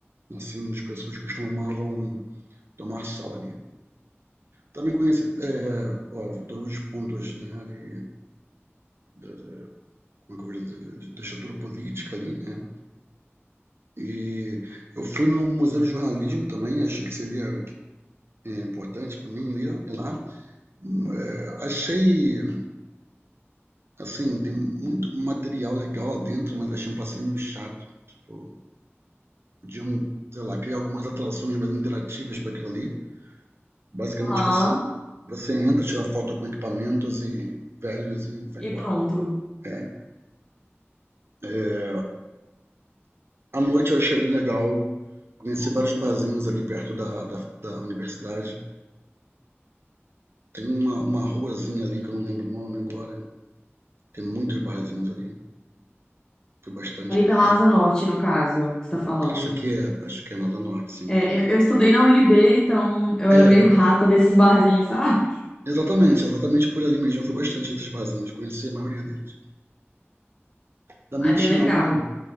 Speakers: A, on the right; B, on the left.
A: assim, as pessoas costumavam tomar sol ali. Também conheci, é, é, óbvio, todos os pontos, né, ali, da, da- como é que eu vou dizer, de- da estrutura política ali, né? E eu fui no Museu do Jornalismo também, achei que seria é, importante para mim ir lá. ir lá. É, achei, assim, tem muito material legal lá dentro, mas achei um passeio meio chato. Tipo, podiam, sei lá, criar algumas atrações mais interativas para aquilo ali. Basicamente,
B: Aham,
A: você, você entra, tira foto com equipamentos e velhos e vai
B: e
A: embora.
B: pronto.
A: É. É, à noite eu achei bem legal. Conheci vários barzinhos ali perto da, da, da universidade. Tem uma, uma ruazinha ali que eu não lembro o nome agora. Tem muitos barzinhos ali. Fui bastante
B: Ali
A: por
B: pela
A: lá.
B: Asa Norte, no caso, que você tá falando.
A: Acho que é, acho que é Nada Norte, sim.
B: É, eu, eu estudei na UNB, então eu
A: É,
B: era meio rata desses barzinhos, sabe?
A: Exatamente, exatamente por ali mesmo. Eu fui bastante nesses barzinhas conheci a maioria deles. Também
B: Ai,
A: tinha
B: bem legal.
A: um,